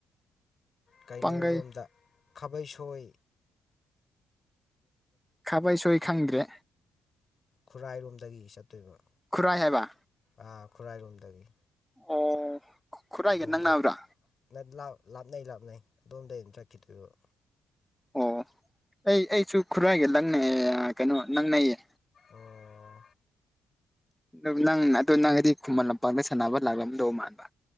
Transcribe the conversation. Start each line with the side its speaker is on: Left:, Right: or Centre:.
Left: ꯀꯩꯅꯣꯔꯣꯝꯗ
Centre: ꯄꯥꯡꯒꯩ
Left: ꯈꯥꯕꯩ ꯁꯣꯏ
Centre: ꯈꯥꯕꯩ ꯁꯣꯏ ꯈꯪꯗ꯭ꯔꯦ
Left: ꯈꯨꯔꯥꯏꯔꯣꯝꯗꯒꯤ ꯆꯠꯇꯣꯏꯕ
Centre: ꯈꯨꯔꯥꯏ ꯍꯥꯏꯕ
Left: ꯑꯥ ꯈꯨꯔꯥꯏꯔꯣꯝꯗꯒꯤ
Centre: ꯑꯣ ꯈꯨꯔꯥꯏꯒ
Left: ꯑꯗꯣꯝꯗꯒꯤ
Centre: ꯅꯛꯅꯕ꯭ꯔꯥ
Left: ꯅ ꯂꯥꯞꯅꯩ ꯂꯥꯞꯅꯩ ꯑꯗꯣꯝꯗꯒꯤ ꯆꯠꯈꯤꯗꯣꯏꯕ
Centre: ꯑꯣ ꯑꯩ ꯑꯩꯁꯨ ꯈꯨꯔꯥꯏꯒ ꯂꯪꯅꯩ ꯀꯩꯅꯣ ꯅꯪꯅꯩꯌꯦ
Left: ꯑꯣ
Centre: ꯑꯗꯨ ꯅꯪ ꯑꯗꯣ ꯅꯪꯗꯤ ꯈꯨꯃꯟ ꯂꯝꯄꯥꯛꯗ ꯁꯥꯟꯅꯕ ꯂꯥꯛꯂꯝꯗꯧ ꯃꯥꯟꯕ